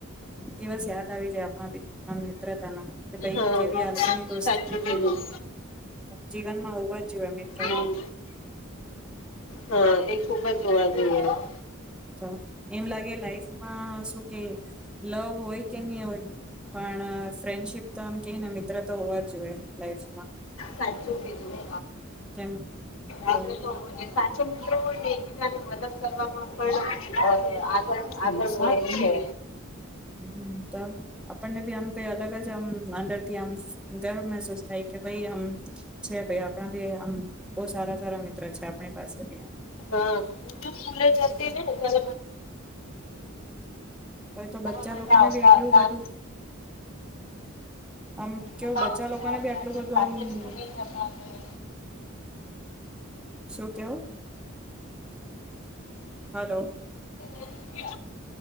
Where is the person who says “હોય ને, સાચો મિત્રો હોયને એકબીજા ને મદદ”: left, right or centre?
Left